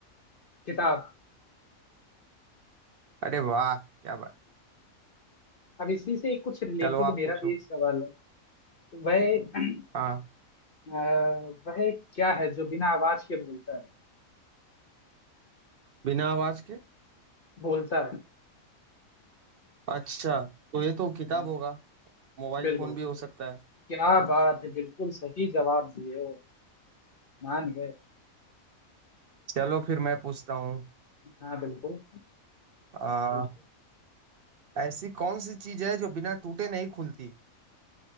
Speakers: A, on the left (about 45°); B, on the right (about 55°).
A: किताब
B: अरे वाह क्या बात
A: अब इसी से कुछ रिलेटेड
B: चलो आप
A: मेरा
B: पूछो
A: भी एक सवाल है वह
B: हाँ
A: अ, वह क्या है जो बिना आवाज के बोलता है
B: बिना आवाज के
A: बोलता है
B: अच्छा तो ये तो किताब
A: हम्म,
B: होगा मोबाइल
A: बिल्कुल
B: फोन भी हो सकता है
A: क्या बात है बिल्कुल सही जवाब दिए हो मान गए
B: चलो फिर मैं पूछता हूँ
A: हाँ बिल्कुल
B: आ,
A: पूछिए
B: ऐसी कौन सी चीज है जो बिना टूटे नहीं खुलती